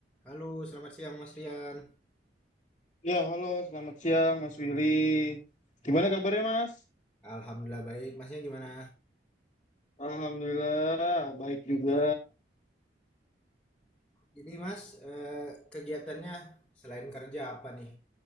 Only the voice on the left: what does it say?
Ya, halo, selamat siang Mas Willy.
Gimana kabarnya Mas?
Alhamdulillah, baik juga.